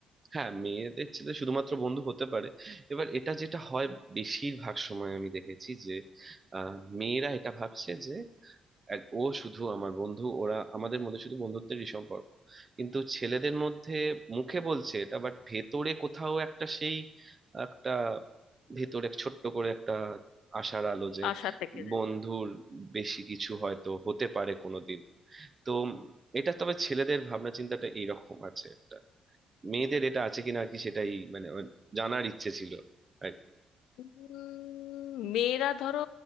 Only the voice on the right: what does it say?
হ্যাঁ মেয়েদের ছেলে শুধুমাত্র বন্ধু হতে পারে এবার এটা যেটা হয় বেশিরভাগ সময় আমি দেখেছি যে আহ, মেয়েরা এটা ভাবছে যে এক- ও শুধু আমার বন্ধু ওরা আমাদের মধ্যে শুধু বন্ধুত্বেরই সম্পর্ক কিন্তু ছেলেদের মধ্যে মুখে বলছে এটা বাট ভেতরে কোথাও একটা সেই একটা ভেতরে ছোট্ট করে একটা আশার আলো যে
বন্ধুর বেশি কিছু হয়তো হতে পারে কোনোদিন তো এটা তবে ছেলেদের ভাবনা চিন্তাটা এইরকম আছে একটা মেয়েদের এটা আছে কিনা আর কি সেটাই মানে আমার জানার ইচ্ছে ছিল আর কি